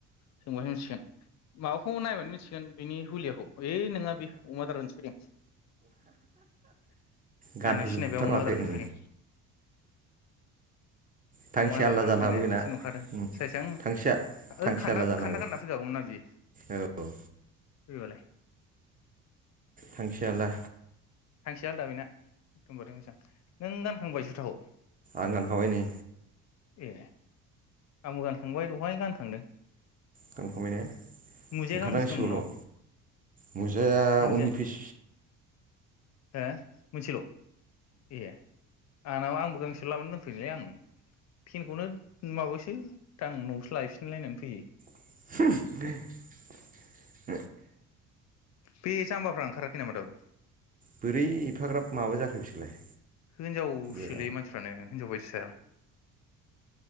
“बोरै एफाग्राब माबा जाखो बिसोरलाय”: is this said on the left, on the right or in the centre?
Right